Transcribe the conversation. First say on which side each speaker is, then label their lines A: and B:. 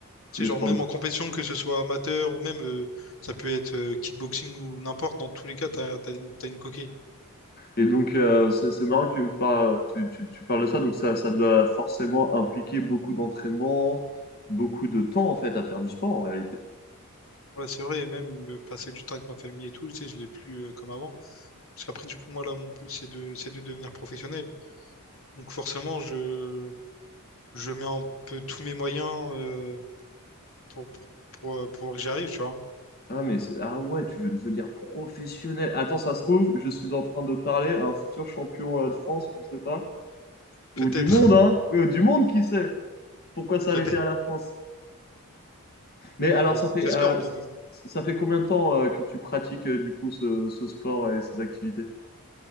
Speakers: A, on the left (about 45°); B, on the left (about 65°).
A: Tous
B: Tu sais,
A: les
B: genre
A: sports
B: même en compétition, que ce soit amateur ou même, euh, ça peut être euh, kickboxing ou n'importe, dans tous les cas, t'as, t'as, une t'as une coquille.
A: Et donc, euh, c'est c'est marrant que tu me parles, tu, tu, tu parles de ça. Donc, ça, ça doit forcément impliquer beaucoup d'entraînement, beaucoup de temps, en fait, à faire du sport, en réalité.
B: Ouais, c'est vrai, et même euh, passer du temps avec ma famille et tout, tu sais, je l'ai plus euh, comme avant. Parce qu'après, du coup, moi, là, mon but, c'est de, c'est de devenir professionnel. Donc forcément, je, je mets un peu tous mes moyens euh, pour, pour, pour, euh, pour que j'y arrive, tu vois.
A: Ah, mais c'est, ah ouais, tu veux devenir professionnel. Attends, ça se trouve, je suis en train de parler à un futur champion euh, de France, on ne sait pas.
B: Peut-être,
A: Ou du monde, hein. Euh, du monde, qui sait? Pourquoi
B: <laughs>
A: s'arrêter
B: peut-être,
A: à la France? Mais alors,
B: peut-être.
A: ça fait,
B: J'espère
A: euh,
B: en tout
A: ça,
B: cas.
A: ça fait combien de temps euh, que tu pratiques, euh, du coup, ce, ce sport et ces activités?